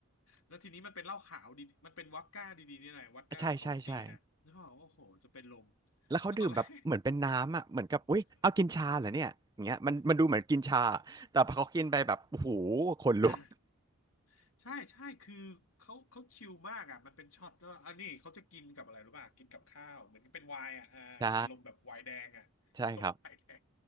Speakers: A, on the left; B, on the right.
A: แล้วทีนี้มันเป็นเหล้าขาวดีมันเป็นวอดก้าดีๆนี่แหละวอดก้าของจีนนะนึกออกโอ้โหจะเป็นลม
B: ใช่ใช่ใช่ แล้วเขาดื่มแบบเหมือนเป็นน้ำอ่ะเหมือนกับอุ๊ยเอากินชาเหรอเนี่ยอย่างเงี้ยมันมันดูเหมือนกินชา
A: แล้วตอนแรก
B: แต่พอเขากินไปแบบโอ้โหขนลุก
A: <laughs> ใช่ใช่คือเขาเขาชิลมากอ่ะมันเป็นช็อตแล้วอันนี้เขาจะกินกับอะไรรู้ป่ะกินกับข้าวเหมือนเป็นไวน์อ่ะเอออารมณ์แบบไวน์แดงอ่ะ
B: ใช่ใช่ครับ
A: <laughs> อารมณ์ไวน์แดง